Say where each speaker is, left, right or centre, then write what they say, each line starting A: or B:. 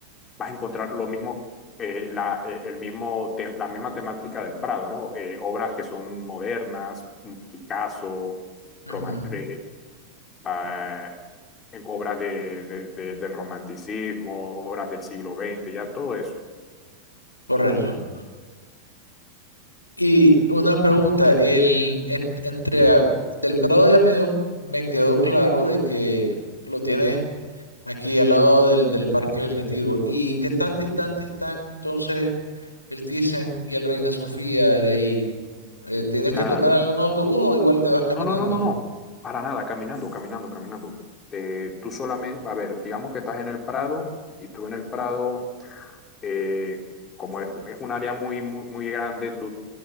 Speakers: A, on the left (about 25°); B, on the left (about 85°).
A: vas a encontrar lo mismo, eh, la, eh, el mismo te- la misma temática del Prado, ¿no? Eh, obras que son modernas, Picasso, roman-
B: Ujú,
A: eh, ah, en obras de- de- de- del romanticismo, obras del siglo veinte ya todo eso.
B: Correcto. Y una pregunta, el, en- entre a- del Prado ya me, dio- me quedó claro de que lo tiene aquí al lado del, del Parque del Retiro. ¿Y qué tan distante están entonces? el Thyssen y el Reina Sofía de ahí. Eh, ¿tienes
A: Nada,
B: que tomar
A: n-
B: algún autobús o igual te vas caminando?
A: no, no, no, no, no, para nada, caminando, caminando, caminando. Te- tú solamente, a ver, digamos que estás en el Prado y tú en el Prado, eh, como es, es un área muy, muy, muy grande, tú